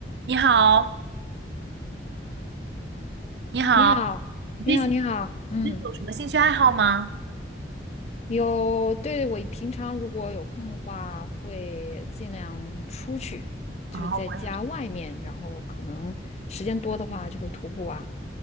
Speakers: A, on the right (about 70°); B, on the left (about 35°).
A: 你好，你好，
B: 你好，
A: 你最近
B: 你好，你好，嗯，
A: 你最近有什么兴趣爱好吗？
B: 有，对，我平常如果有空的话，会尽量出去，
A: 啊，
B: 就是在家外面，
A: 我
B: 然后可能时间多的话就会徒步啊，